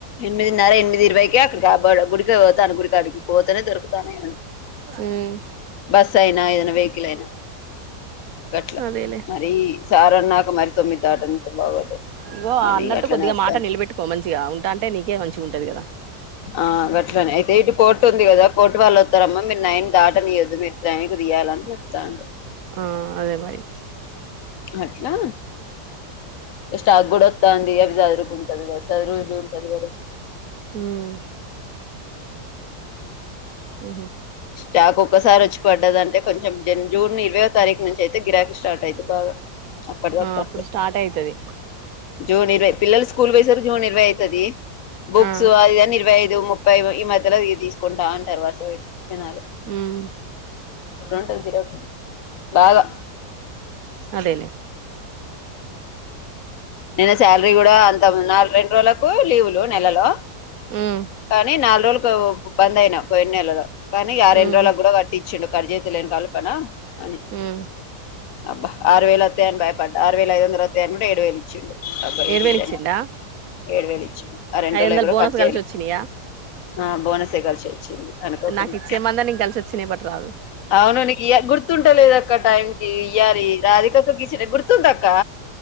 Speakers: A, on the left; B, on the right.
A: ఎనిమిదిన్నార ఎనిమిది ఇరవైక ఇబ గుడిక పోతాను గుడి అడిగి పోతనే దొరుకుతానే
B: ఉమ్
A: బస్ అయినా ఏదైనా వెకిల్ అయినా గట్లా
B: అదేలే
A: మరి సారాన్నక మరి తొమ్మిది దాటంత బాగోదు
B: ఇగో అన్నట్టు
A: అని అట్లనే
B: కొద్దిగా
A: వస్తాను
B: మాట నిలబెట్టుకో మంచిగా ఉంటా అంటే నీకే మంచిగుంటది కదా
A: ఆ గట్లనే అయితే ఇటు కోర్టు ఉంది కదా కోర్టు వాళ్ళు వత్తరమ్మా మీరు నైన్ దాటనియదు మీరు టైం తీయాలని చెప్తాడు
B: ఆ అదే మరి
A: అట్లా స్టాక్ కూడా వస్తాంది అవి సదురుకుం ఇగ సదురుకుంటా
B: ఉమ్ ఆహ
A: టాప్ ఓక్కసారి వచ్చి పడ్డదంటే కొంచెం జన్ జూన్ ఇరవై తారీఖు నుంచి అయితే గిరాక్ స్టార్ట్ అయిద్ది బాగా అప్పుడు వరకు
B: ఆ
A: ఓకే
B: స్టార్ట్ అయితది
A: జూన్ ఇరవై పిల్లలు స్కూల్ పోయే వరికి ఇరవై అవుతది బుక్స్
B: ఆ
A: అది ఇది అని ఇరవై ఇది ముప్పై ఈ మధ్యలో తీసుకుంటా అంటారు వస జనాలు
B: ఉమ్
A: ఉంటదిబెరో బాగా
B: అదేలేే
A: నేను శాలరీ కూడా అంత నాలుగు రెండు రోజులకు లీవులు నెలలో
B: ఉమ్
A: కానీ నాలుగు రోజులు బంద్ అయినా పోయిన నెలలో కానీ ఆరోండు
B: ఉమ్
A: రోజులలకు కూడా కట్టించ చ్చిండు కట్ చేతలేను కలపనా అని
B: ఉమ్
A: అబ్బా ఆరు వేలు వస్తా అని బా పడ్డా ఆరు వేల ఐదు వందలు ఓత్తయి అనుకుంటే ఏడు వేలు ఇచ్చండు అబ్బాయికిిద్ద
B: ఏడు వేలు ఇచ్చిండా
A: ఏడు వేలు ఇచ్చి ఆ రెండు
B: ఐదు
A: రోజలు
B: వందలు
A: కూడా
B: బోనస్
A: కట్ చేయలే
B: కలిసి వచ్చినయా
A: ఆ బోనసే కలిసి వచ్చింది అనుకోకుండా
B: నాకు ఇచ్చేమందా నీకు కలిసి వచ్చినయి బట్ రాదు
A: అవును నీకు గుర్తున్ స్తలేదక్క టైంకీ ఇయ్యాలీ, రాదికక్కకిచ్చిన గుర్తుందక్కా.